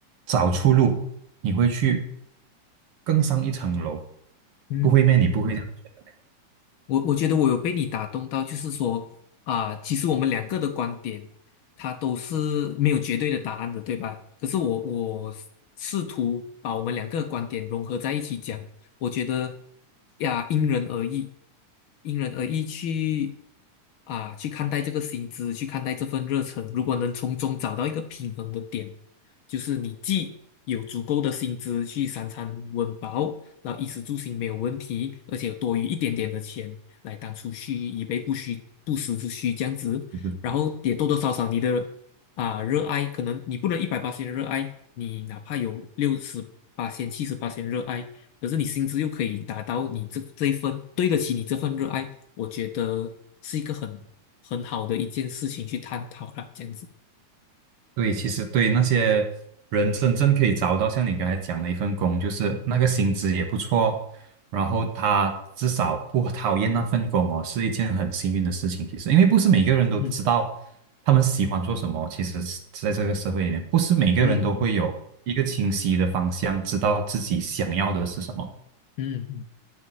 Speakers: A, on the right; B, on the left.
A: 找出路，你会去更上一层楼。
B: 嗯嗯。
A: 不会咩？你不会这样觉得？
B: 我我觉得我有被你打动到，就是说啊、其实我们两个的观点，它都是没有绝对的答案的，对吧？可是我我试图把我们两个的观点融合在一起讲，我觉得呀，因人而异，因人而异去啊、去看待这个薪资，去看待这份热忱，如果能从中找到一个平衡的点，就是你既有足够的薪资去三餐温饱。然后衣食住行没有问题，而且有多余一点点的钱，来当储蓄，以备不需不时之需这样子。
A: 嗯
B: 然后也多多少少你的啊热爱，可能你不能一百八热爱，你哪怕有六十八千、七十八千热爱，可是你薪资又可以达到你这这一份对得起你这份热爱，我觉得是一个很很好的一件事情去探讨了，这样子。
A: 对，其实对那些人真正可以找到像你刚才讲的一份工，就是那个薪资也不错，然后他至少不讨厌那份工哦，是一件很幸运的事情。其实，因为不是每个人都知道他们喜欢做什么。
B: 嗯
A: 其实是在这个社会里面，不是每个人都会有一个清晰的方向，
B: 嗯嗯
A: 知道自己想要的是什么。
B: 嗯嗯，